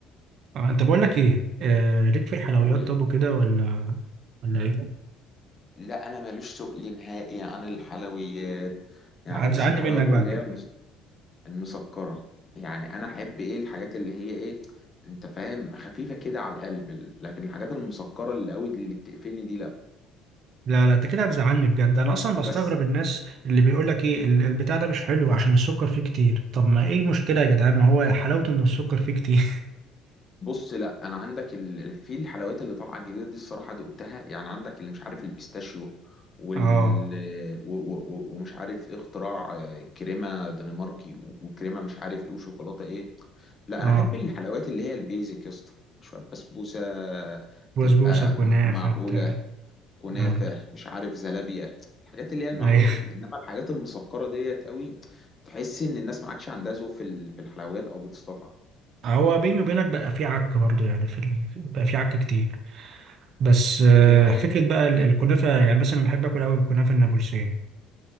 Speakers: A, on the right (about 50°); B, on the left (about 30°).
A: آه أنت بقول لك إيه آه ليك في الحلويات
B: قول
A: طب
B: يا قلبي.
A: وكده ولا ولا إيه؟
B: لا انا ماليش تقل نهائي عن الحلويات يعني
A: هتزعلني
B: ما احبش الحلويات
A: منك بقى
B: اللي هي المسكرة يعني أنا أحب إيه الحاجات اللي هي إيه أنت فاهم خفيفة كده على القلب لكن الحاجات المسكرة اللي قوي دي اللي بتقفلني دي لأ
A: لا لا انت كده هتزعلني بجد انا اصلا بستغرب
B: بس
A: الناس اللي بيقول لك ايه ال- البتاع ده مش حلو عشان السكر فيه كتير طب ما ايه المشكله يا جدعان ما هو حلاوته ان السكر فيه كتير
B: بص لأ أنا عندك ال... في الحلويات اللي طالعة الجديدة دي الصراحة دقتها يعني عندك اللي مش عارف البيستاشيو
A: <laughs>
B: وال
A: اه
B: و... و... و... ومش عارف إيه اختراع آه، كريمة دنماركي و- وكريمة مش عارف إيه وشوكولاتة إيه لا
A: اه
B: انا احب الحلويات اللي هي البيزك يا اسطى شويه بسبوسه
A: بسبوسه
B: تبقى
A: كنافه
B: م- معقوله
A: بتاع
B: كنافه
A: اه
B: مش عارف زلابيه الحاجات اللي هي المعقوله
A: ايوه
B: دي انما الحاجات المسكره ديت قوي تحس ان الناس ما عادش عندها ذوق في ال- في الحلويات او بتستطعم
A: هو بيني وبينك بقى فيه عك برضه يعني في ال... بقى فيه عك كتير بس آه،
B: دي حقيقه
A: فكره بقى ال- الكنافه يعني مثلا بحب اكل قوي الكنافه النابلسيه